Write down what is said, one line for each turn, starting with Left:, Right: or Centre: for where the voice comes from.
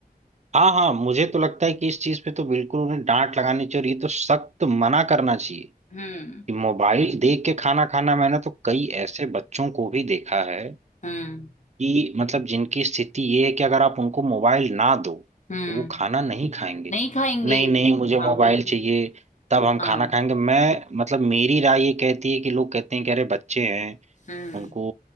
Right: हाँ हाँ मुझे तो लगता है कि इस चीज पे तो बिल्कुल उन्हें डांट लगानी चाहिए और ये तो सख्त मना करना चाहिए
Left: हम्म
Right: कि मोबाइल देख के खाना खाना मैंने तो कई ऐसे बच्चों को भी देखा है
Left: हम्म
Right: कि मतलब जिनकी स्थिति ये है कि अगर आप उनको मोबाइल ना दो
Left: हम्म
Right: तो वो खाना नहीं खाएंगे
Left: नहीं खाएंगे
Right: नहीं नहीं मुझे
Left: हाँ
Right: मोबाइल
Left: बिल्कुल
Right: चाहिए तब हम
Left: हाँ
Right: खाना खाएंगे मैं मतलब मेरी राय ये कहती है कि लोग कहते हैं कि अरे बच्चे हैं
Left: हम्म
Right: उनको